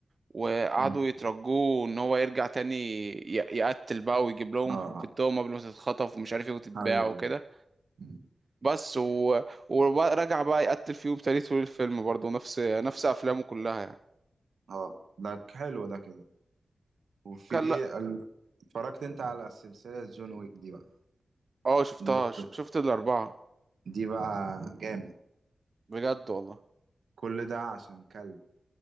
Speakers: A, on the right; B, on the right.
A: وقعدوا
B: مم.
A: يترجوه ان هو يرجع تاني ي... يقتل بقى ويجيب لهم
B: اه
A: حبتهم
B: اه.
A: قبل ما تتخطف ومش عارف ايه وتتباع
B: ايوه
A: وكده
B: ايوه مم.
A: بس و... ورجع بقى يقتل فيهم تاني طول الفيلم برضه نفس نفس افلامه كلها يعني.
B: اه ده ك- حلو ده كده وفي
A: كلا
B: ال... اتفرجت انت على سلسلة جون ويك دي بقى
A: اه شفتها
B: دي بقى
A: ش- شفت الأربعة
B: دي بقى جامد
A: بجد والله
B: كل ده عشان كلب